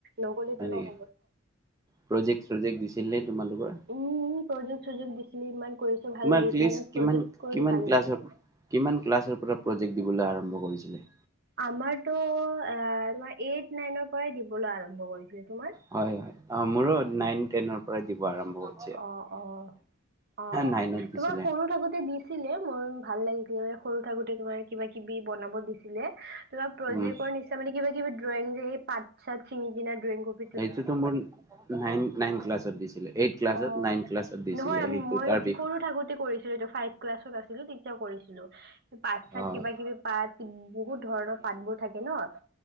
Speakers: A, on the right; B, on the right.
A: নগ'লে
B: হয়
A: তো
B: নেকি?
A: নহ
B: প্ৰজেক্ট চজেক্ট দিছিল নে তোমালোকৰ?
A: উম উম প্ৰজেক্ট চজেক্ট দিছিলে, ইমান কৰিছো ভাল
B: তোমাৰ
A: লাগে
B: ক্লিছ
A: ক্লিনিক
B: কিমান
A: প্ৰজেক্ট কৰি
B: কিমান
A: ভাল
B: ক্লাছৰ
A: লাগে।
B: কিমান ক্লাছৰ পৰা প্ৰজেক্ট দিবলৈ আৰম্ভ কৰিছিলে?
A: আমাৰতো আ তোমাৰ এইট নাইনৰ পৰাই দিবলৈ আৰম্ভ কৰিছিলে। তোমাৰ?
B: হয় হয় অঁ মোৰো নাইন টেনৰ পৰাই দিব আৰম্ভ কৰি
A: অ' অ', অ' অ'
B: নাইনত দিছিলে,
A: তোমাৰ সৰু থাকোতে দি ছিলে মোৰ ভাল লাগিছিলে মানে সৰু থাকোতে তোমাৰ কিবা কিবি বনাব দিছিলে। তোমাৰ প্ৰজেক্টৰ
B: উম,
A: নিচিনা মানে কিবা কিবি ড্ৰয়িং যে এই পাত চাত চিঙি কিনে ড্ৰয়িং কৰ
B: এইটোতো মোৰ নাইন নাইন ক্লাছত দিছে। এইট ক্লাছত
A: অ
B: নাইন ক্লাছত দিছিলে
A: নহয়
B: সেইটো,
A: মই
B: তাৰ বিষ
A: সৰু থাকোতে কৰি ছিলোটো ফাইভ ক্লাছত আছিলো তেতিয়াও কৰিছিলো। সেই পাত চাত
B: অ',
A: কিবা কিবি পাত। বহুত ধৰণৰ পাতবোৰ থাকে ন'?